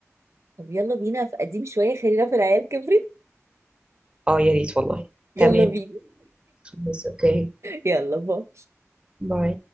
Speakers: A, on the right (about 65°); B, on the right (about 20°).
A: طب يلا بينا في قديم شوية خلينا في العيال كبرت
B: أه يا ريت والله
A: يلا
B: تمام
A: بينا
B: خلاص أوكي
A: يلا باي
B: باي